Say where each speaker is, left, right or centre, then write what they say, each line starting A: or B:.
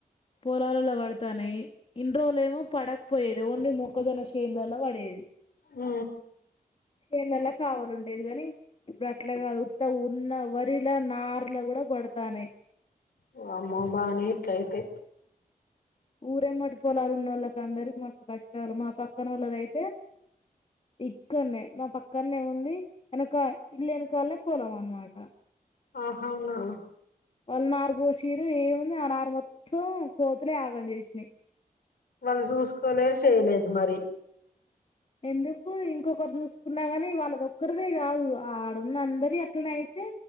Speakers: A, on the left; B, on the left.
A: పోలాలల్లో వాడతాన్నాయి. ఇన్ని రోజులు ఏమో పడకపోయేది ఓన్లీ మొక్కజొన్న షేన్లలో పడేది.
B: అ
A: చేన్ లాల్ల కావాల ఉండేది. గా నీ ఇప్పుడు అట్లా గాదు ఉత్తగా ఉన్న వరిలా నార్ల కూడా పడతాన్నాయి.
B: ఓ ఆమ్మే బానే ఇట్ల అయితే
A: ఊరేమ్మటి పొలాలు ఉన్నోళ్ళకి అందరికీ మస్తు కష్టాలు మా పక్కన వాళ్ళదయితే ఇక్కన్నే మా పక్కన్నే ఉంది. వెనక ఇల్లు వెనకాలనే పొలం అన్నమాట
B: ఆహా అవునా
A: వాళ్ళు నార్ పోషీరు ఏముంది. ఆ నారు మొత్తం కోతులే ఆగం జెసినాయి.
B: వాళ్ళు చూసుకోలే చేయలేదు మరి
A: ఎందుకు ఇంకొకరు చూసుకున్నా కాని వాళ్ళది ఒక్కరిదే కాదు ఆడున్న అందరియి అట్నే అయితే